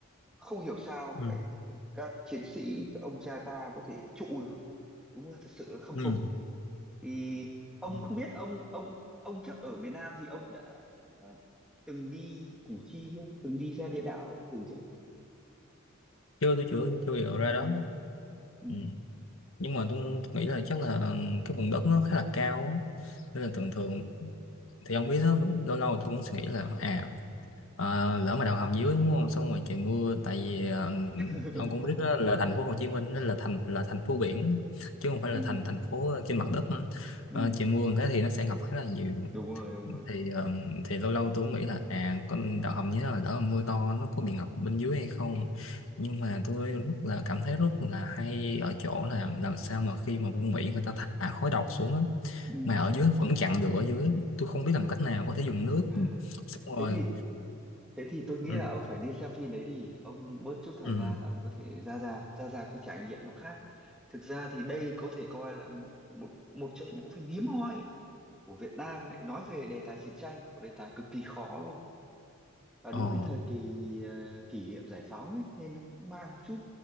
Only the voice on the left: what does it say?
ừ
ừ.
ừ.
chưa tôi chưa chưa hiểu ra
đó
ừ. nhưng mà tôi nghĩ là chắc là cái vùng đất nó khá là cao á. nên là thường thường thì ông biết đó lâu lâu tôi cũng suy nghĩ là à Ờ, lỡ mà đào hầm dưới đúng không xong rồi trời mưa tại vì ờ,
ông cũng biết đó là thành phố Hồ Chí Minh nó là thành là thành phố biển chứ không phải
là thành thành phố trên mặt đất
Ờ, trời mưa một cái thì nó sẽ ngập khá là nhiều
thì ờ, thì lâu lâu tôi cũng nghĩ là à con đào hầm như thế là lỡ mà mưa to nó có bị ngập bên dưới hay không nhưng mà tôi rất là cảm thấy rất là hay ở chỗ là làm sao mà khi mà quân Mỹ người ta thả khói độc xuống á,
mà ở dưới vẫn chặn được ở dưới tôi không biết làm cách nào có thể dùng nước
xong
rồi
ừ.
Ừ.
Ờ,